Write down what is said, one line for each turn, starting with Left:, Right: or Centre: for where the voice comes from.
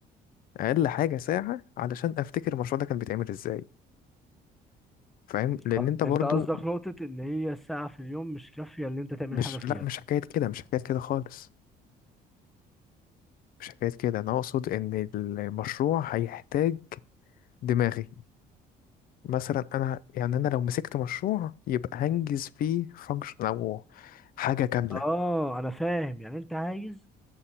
Left: أقل حاجة ساعة علشان أفتكر المشروع ده كان بيتعمل إزاي فاهم لأن
Centre: آه،
Left: أنت برضو
Centre: انت قصدك نقطة ان هي الساعة في اليوم مش كافية ان انت تعمل
Left: مش
Centre: حاجة فيها
Left: لا مش حكاية كده مش حكاية كده خالص مش حكاية كده أنا أقصد إن المشروع هيحتاج دماغي مثلا أنا يعني أنا لو مسكت مشروع يبقى هنجز فيه فانكشن أو حاجة كاملة
Centre: اه انا فاهم يعني انت عايز